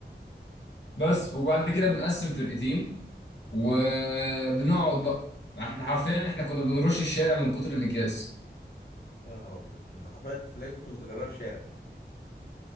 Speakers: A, on the left; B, on the left.
A: بس وبعد كده بنقسم فرقتين وبنقعد بقى احنا حرفيا احنا كنا بنرش الشارع من كتر الاكياس
B: يا نهار ابيض انت حرفيا تلاقي كنت بتغرقها في شارع